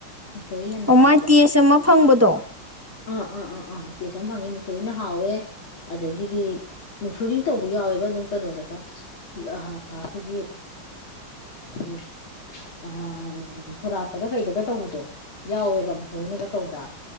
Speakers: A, on the left; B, on the right.
A: ꯃꯨꯛꯁꯣꯔꯤ ꯍꯦꯟꯅ
B: ꯑꯣꯃꯥꯏ
A: ꯍꯥꯎꯕ
B: ꯇꯦꯁ ꯑꯃ ꯐꯪꯕꯗꯣ
A: ꯑꯥ ꯑꯥ ꯑꯥ ꯑꯥ ꯇꯦꯁ ꯑꯃ ꯐꯪꯉꯦ ꯃꯨꯛꯁꯣꯔꯤꯅ ꯍꯥꯎꯋꯦ ꯑꯗꯒꯤꯗꯤ ꯃꯨꯛꯁꯣꯔꯤꯅ ꯇꯧꯕ ꯌꯥꯎꯋꯦꯕ ꯑꯗꯨꯝ ꯀꯩꯅꯣꯗꯒ ꯑ ꯑꯩꯈꯣꯏꯒꯤ <unintelligible> ꯑ ꯁꯣꯔꯥꯠꯇꯒ ꯀꯩꯗꯒ ꯇꯧꯕꯗꯣ ꯌꯥꯎꯋꯦꯕ ꯃꯨꯛꯁꯣꯔꯤꯅꯒ ꯇꯧꯕ